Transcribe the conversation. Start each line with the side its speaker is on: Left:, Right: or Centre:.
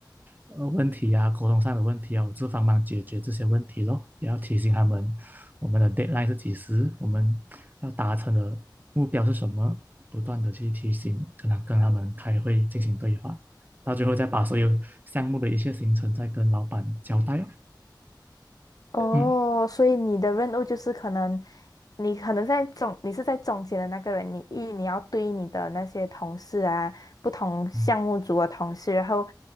Right: 呃问题啊，沟通上的问题啊，我就帮忙解决这些问题咯，也要提醒他们我们的 deadline 是几时，我们要达成的目标是什么，不断的去提醒，跟他跟他们开会进行对话，到最后再把所有项目的一切行程再跟老板交代哦。
Left: 哦，
Right: 嗯
Left: 所以你的任务就是可能，你可能在中，你是在中间的那个人，你一你要对你的那些同事啊，不同项目组的同事，
Right: 嗯。
Left: 然后